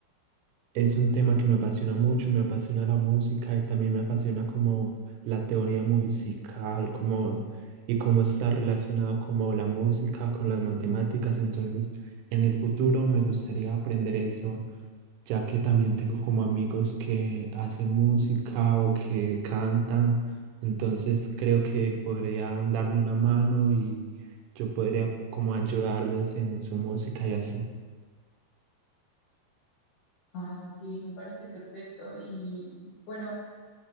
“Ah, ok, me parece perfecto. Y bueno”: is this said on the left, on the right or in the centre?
Left